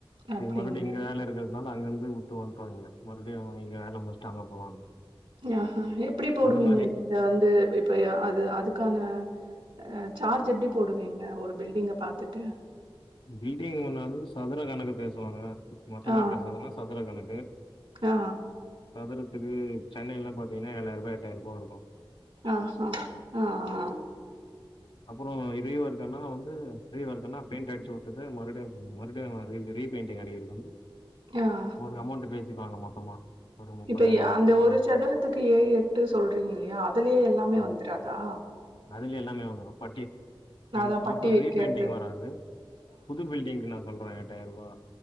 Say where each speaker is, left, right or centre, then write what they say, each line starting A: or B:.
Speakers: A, on the right (about 75°); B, on the left (about 65°).
A: அப்டிங்களா?
B: இது மறுபடியும் இங்க வேல இருக்கறதுதுனால அங்கருந்து விட்டு வந்துட்டோம் இங்க மறுபடியும் இங்க வேல முடிச்சுட்டு அங்க போலான்னு
A: ஆஹ எப்டி போடுவீங்க
B: அந்த மாரி
A: நீங்க வந்து இப்ப அது அதுக் க்கான ஆ சார்ஜ் எப்டி போடுவீங்க ஒரு பில்டிங்க பாத்துட்டு
B: வீடே ஒன்னாது சதுர கணக்கு பேசுவாங்க மொத்தமா
A: ஆ,
B: பேசுறதுன்னா சதுர கணக்கு
A: ஆ, ஆ,
B: சதுரத்துக்கு சென்னைல்லாம் பாத்தீங்கன்னா ஏழாயிருபா எட்டாயிருபா இருக்கும்
A: ஆஹ ஆஹ் ஆஹ்
B: அப்புறம் இதே வருதுன்னா வந்து இதே வருதுன்னா பெயிண்ட் அடிச்சு வுட்டது மறுபடியு மறுபடியு ரீபெயிண்டிங் அடிகிறது வந்து
A: ஆஹ்
B: ஒரு அமௌண்ட் பேசிக்குவாங்க மொத்தமா ஒரு முப்பதாயிரோ
A: இப்ப
B: நாப்பதாயிரோ
A: அந்த ஒரு சதுரத்துக்கு ஏ எட்டு சொல்றீங்க இல்லையா அதுலயே எல்லாமே
B: ஆ
A: வந்துறாதா
B: அதுல எல்லாமே வந்துரும் பட்டி பெயிண்ட்
A: அதான் பட்டி
B: ஆஹா
A: வைக்கிறது.
B: ரீபெயிண்டிங் வராது புது பில்டிங்கு நா சொல்றேன் எட்டாயிர் ருபா